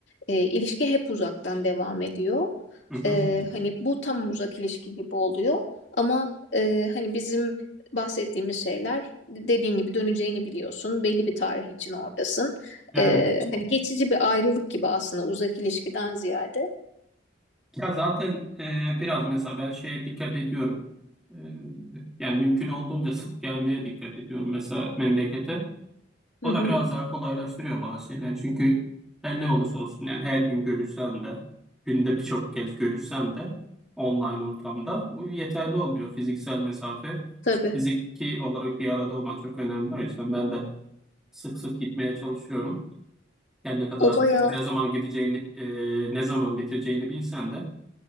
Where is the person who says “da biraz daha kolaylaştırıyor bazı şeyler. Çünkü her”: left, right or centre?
Centre